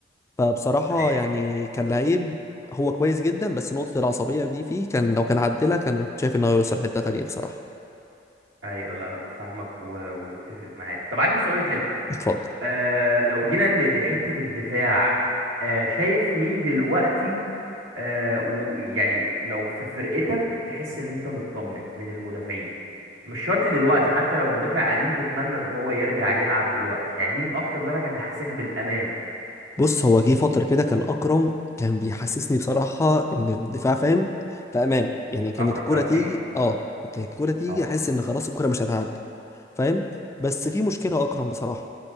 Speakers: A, on the left; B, on the right.
A: فبصراحه
B: ايوه
A: يعني كان لعيب هو كويس جدا بس نقطه العصبيه دي فيه كان لو كان عدلها كان كنت شايف انه هيوصل حته تانية بصراحه
B: ايوه لا لا فاهمك و- ومتفق معاك طب عندي سؤال حلو
A: اتفضل
B: آه لو جينا ل- لحته الدفاع آه شايف مين دلوقتي آه ويعني لو في فرقتك تحس ان انت مطمن من المدافعين مش شرط دلوقتي حتى لو مدافع قديم تتمنى ان هو يرجع يلعب دلوقتي يعني مين اكتر مدافع كان بيحسسك بالامان
A: بص هو جه فتره كده كان اكرم كان بيحسسني بصراحه ان الدفاع فاهم في امان يعني كانت
B: اكرم
A: الكره
B: توفيق
A: تيجي اه كنت الكره تيجي
B: طبعا
A: احس ان خلاص الكره مش هتعدي فاهم بس في مشكله اكرم بصراحه